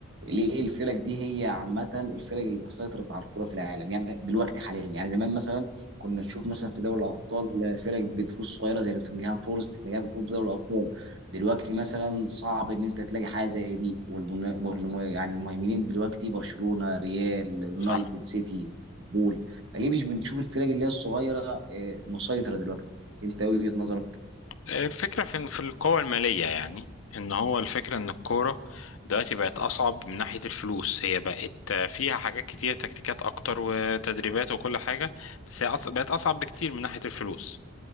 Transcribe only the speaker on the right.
ليه الفرق دي هي عامة الفرق اللي سيطرت على الكرة في العالم يعني دلوقتي حاليا يعني زمان مثلا كنا نشوف
مثلا في دوري الأبطال فرق بتفوز صغيرة زي نوتنجهام فورست اللي جايه بتفوز دوري الأبطال دلوقتي مثلا صعب ان انت تلاقي حاجه زي دي والمن... والم... يعني المهيمنين دلوقتي برشلونه ريال يونايتد
سيتي بول فليه مش بنشوف الفرق اللي هي الصغيره آه، مسيطره دلوقتي انت وجهه نظرك